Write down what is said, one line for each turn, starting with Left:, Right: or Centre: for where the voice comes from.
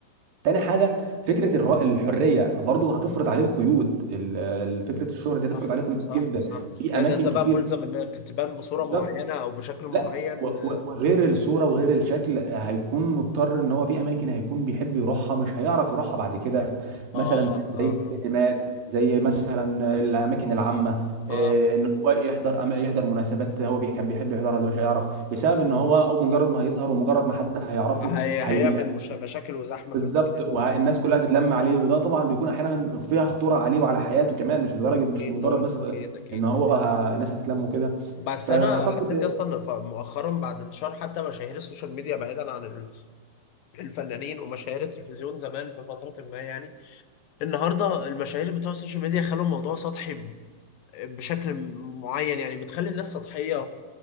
Right: تاني حاجة فكرة الر- الحرية برضو هتفرض عليه قيود ال- ال- فكرة الشهرة دي هتفرض
Left: صح
Right: عليه قيود
Left: صح
Right: جدا
Left: صح
Right: في
Left: ان
Right: أماكن
Left: انت بقى
Right: كتير
Left: ملزم انك تبان بصوره
Right: بالظبط
Left: معينه او بشكل معين
Right: لا و- و-
Left: اه
Right: وغير الصورة وغير الشكل هيكون مضطر إن هو في أماكن هيكون بيحب يروحها مش هيعرف يروحها بعد كده مثلا
Left: اه
Right: زي
Left: اه,
Right: السينمات زي مثلا الأماكن العامة إيه،
Left: آه.
Right: ان هو يحضر أما- يحضر مناسبات هو بي- كان بيحب يحضرها دلوقتي مش هيعرف بسبب ان هو او مجرد ما هيظهر ومجرد ما حد هيعرفه
Left: هي
Right: هي
Left: هيعمل مش مشاكل وزحمه
Right: بالظبط
Left: في المكان
Right: والناس
Left: هو
Right: كلها تتلم عليه وده طبعا بيكون احيانا فيها خطوره عليه وعلى حياته كمان مش لدرجه مش
Left: اكيد
Right: مجرد
Left: طبعا
Right: بس
Left: اكيد اكيد
Right: ان هو ه... الناس هتتلم وكده
Left: بس
Right: فاعتقد
Left: انا حسيت يا اسطى ان ف- مؤخرا بعد انتشار حتى مشاهير السوشيال ميديا بعيدا عن ال- <clears throat> الفنانين ومشاهير التلفزيون زمان في فتره ما يعني النهارده المشاهير بتوع السوشيال ميديا خلوا الموضوع سطحي ب- بشكل معين يعني بتخلي الناس سطحيه